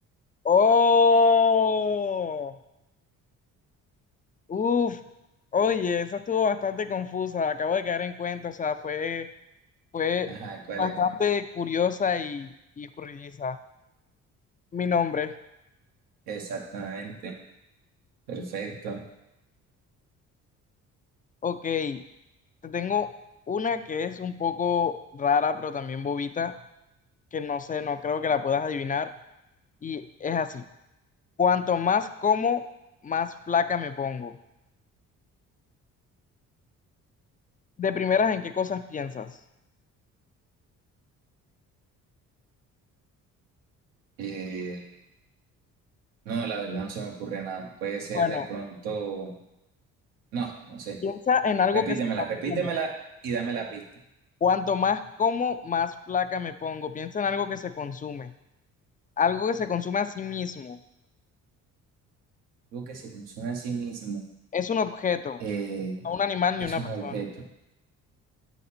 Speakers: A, on the left; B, on the right.
A: ¡Oh! Uf. Oye, eso estuvo bastante confusa. Acabo de caer en cuenta. O sea, fue, fue
B: Ajá, ¿cuál
A: bastante
B: es?
A: curiosa y, y escurridiza. Mi nombre.
B: Exactamente, perfecto.
A: Ok. Te tengo una que es un poco rara, pero también bobita, que no sé, no creo que la puedas adivinar. Y es así. Cuanto más como, más flaca me pongo. De primeras, ¿en qué cosas piensas?
B: Eh, no, la verdad no se me ocurre nada. Puede ser
A: Bueno,
B: de pronto, no, no sé.
A: piensa en algo
B: Repítemela,
A: que se consume.
B: repítemela y dame la pista.
A: Cuanto más como, más flaca me pongo. Piensa en algo que se consume. Algo que se consume a sí mismo.
B: Algo que se consume a sí mismo
A: Es un objeto,
B: eh,
A: no un animal
B: es
A: ni una
B: un
A: persona.
B: objeto.